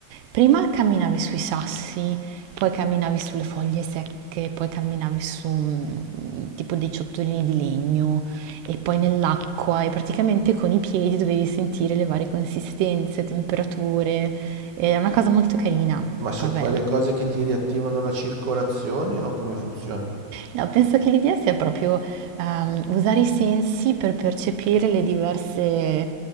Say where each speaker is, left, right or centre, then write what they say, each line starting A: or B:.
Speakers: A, on the right; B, on the right.
A: Prima camminavi sui sassi, poi camminavi sulle foglie secche, poi camminavi su mh, tipo dei ciottolini di legno e poi nell'acqua e praticamente con i piedi dovevi sentire le varie consistenze, temperature, è una cosa molto carina.
B: Ma sono
A: Poi vabbè,
B: quelle cose che ti riattivano la circolazione o come funziona?
A: No, penso che l'idea sia proprio ehm, usare i sensi per percepire le diverse,